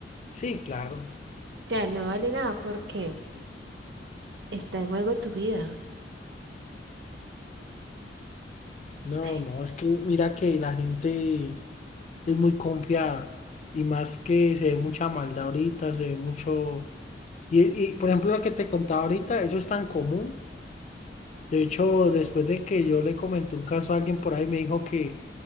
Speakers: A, on the left; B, on the right.
A: Sí, claro.
B: O sea, no vale nada porque Está en juego tu vida.
A: No,
B: Ay,
A: no, es que mira que la gente. es muy confiada. Y más que se ve mucha maldad ahorita, se ve mucho... Y, y, por ejemplo, lo que te contaba ahorita, eso es tan común. De hecho, después de que yo le comenté un caso a alguien por ahí, me dijo que,